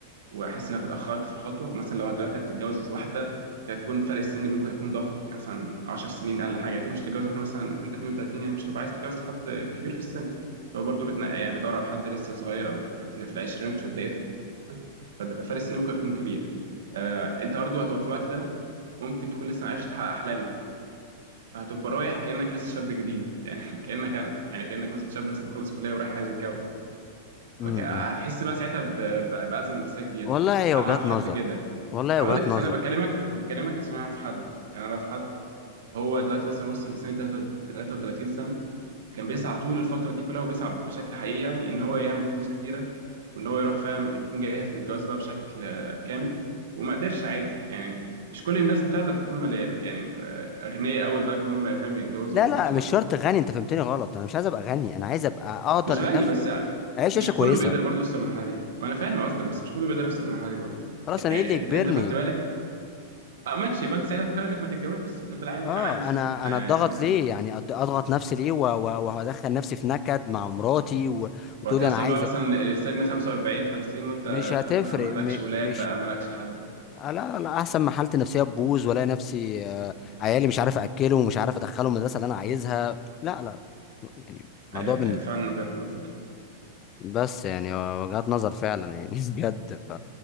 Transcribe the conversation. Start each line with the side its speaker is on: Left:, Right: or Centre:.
Right: واحس انك اتاخرت في الخطوه ومثلا لو دلوقتي هتتجوز واحده فهتكون فرق السن بينكم هيكون ضخم يعني مثلا 10 سنين اقل حاجه اكيد مش هتتجوز واحده مثلا انت 32 يعني مش هتبقى عايز تتجوز حد كبير في السن فهو برضه بتنقى يعني بيدور على حد لسه صغير او في, في العشرينات في بدايته ففرق السن بينكم هيكون كبير آه انت برضه هتبقى في الوقت ده ممكن تكون لسه ما عرفتش تحقق احلامك فهتبقى رايح كانك لسه شاب جديد <laughs> يعني كانك انا يعني كانك مثلا شاب لسه مخلص كليه ورايح عايز يتجوز فهتحس
Left: امم
Right: بقى ساعتها ب- ب- بازمه نفسيه كبيره
Left: والله هي
Right: انا
Left: وجهات
Right: اعرف حد
Left: نظر
Right: كده
Left: والله هي
Right: هقول
Left: وجهات
Right: لك اصل
Left: نظر
Right: انا بكلمك بكلمك عشان اعرف حد يعني اعرف حد هو دلوقتي مثلا وصل لسنه تلاتة- 33 سنه كان بيسعى طول الفتره دي كلها وبيسعى بشكل حقيقي يعني ان هو يعمل فلوس كتيره وان هو يروح فاهم يكون جاهز للجواز بقى بشكل آه، كامل وما قدرش عادي يعني مش كل الناس بتقدر تكون ملا- يعني آه، اغنياء قوي لدرجه ان هم فاهم يتجوزوا
Left: لا لا
Right: عشان
Left: مش شرط غني انت فهمتني غلط انا مش عايز ابقى غني انا عايز ابقى اقدر
Right: مش غني
Left: اكف
Right: بس
Left: اعيش
Right: مش
Left: عيشة
Right: كله
Left: كويسة
Right: بيقدر برضه يوصل للمرحله دي ما انا فاهم قصدك بس مش كله بيقدر يوصل للمرحله دي برضه
Left: خلاص انا
Right: يعني
Left: ايه اللي يجبرني
Right: انت انت خدت بالك اه ماشي يبقى انت ساعتها هتقرر انك ما تتجوزش وتفضل عايش
Left: اه
Right: عانس
Left: انا
Right: يعني آه
Left: انا
Right: يعني
Left: اتضغط
Right: من غير جواز
Left: ليه يعني أض- اضغط نفسي ليه و- و- وهدخل نفسي في نكد مع مراتي و...
Right: وهتوصل
Left: وتقولي انا عايزه
Right: بقى مثلا لسن 45 50 وانت
Left: مش هتفرق
Right: فاهم ما- مالكش
Left: م...
Right: ولاد
Left: مش
Right: بقى مالكش حد وبتاع
Left: آه لا انا احسن ما حالتي النفسيه تبوظ والاقي نفسي آه، عيالي مش عارف اكله ومش عارف ادخله المدرسه اللي انا عايزها لا لا يعني موضوع
Right: آه
Left: بن...
Right: آه، فعلا وجهة نظر
Left: بس يعني وجهات نظر فعلا يعني <laughs> بجد ف